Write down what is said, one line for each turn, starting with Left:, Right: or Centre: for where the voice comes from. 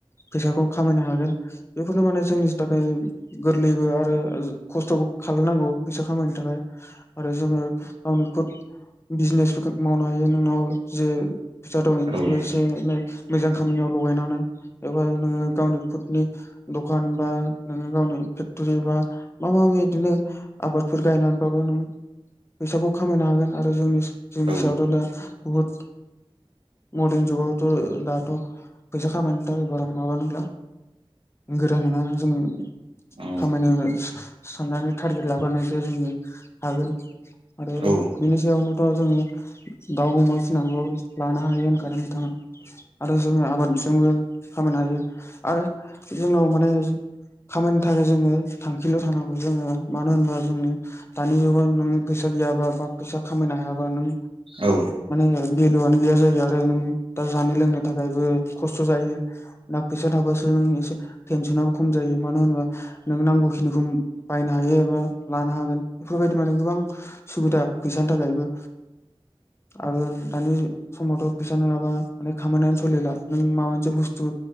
Left: फैसाखौ खामायनो हागोन बेखौनो माने जोंनि थाथाय गोरलैबो आरो ओ खस्थबो खालायनांगौ फैसा खामायनो थाखाय आरो जोङो ओ गावनि खुद बिजनेसफोरखौ मावनो हायो नोंनाव जे फैसा दं
Right: औ
Left: बेफोरखौ एसे ए मोजां खामानियाव लगायनानै एबा नोङो गावनि कुदनि दखान बा नोङो गावनि फेक्टरि बा माबा मि बिदिनो आबादफोर गायनानैबाबो नों फैसाखौ खामायनो हागोन आरो जोंनि
Right: औ
Left: सायावथ दा बहुद मर्दारन जुगावथ दाथ फैसा खामायनो थाखाय बारा माबा नंला गोरा नङा जोङो
Right: औ
Left: खामायनो साननानै थारगेट लाबानोसो जोङो हागोन आरो
Right: औ
Left: बेनि सायावनोथ जोङो दावउ अमा फिनानाबो लानो हायो होनखादों बिथाङा आरो जोङो आबाद जोंङो खामायनो हायो आरो जोंनाव माने खामानिनि थाखाय जोङो थांखिल थानांगौ जोङो मानो होनबा जोंनो दानि जुगाव नों फैसा गैया बा फैसा खामायनो हायाबा नों
Right: औ
Left: ओ भेलुयानो गैया जायो आरो नों दा जानो लोंनो थाखायबो खस्थ जायो ना फैसा थाबासो नों एसे टेनसनाबो खम जायो मानो होनोबा नों नांगौ खिनिखौ बायनो हायो एबा लानो हागोन बेफोरबायदि माने गोबां सुबिदा फैसानि थाखायबो आरो दानि समावथ फैसा नङाबा माने खामानियानो सलिला नों माबा मोनसे बुस स्थु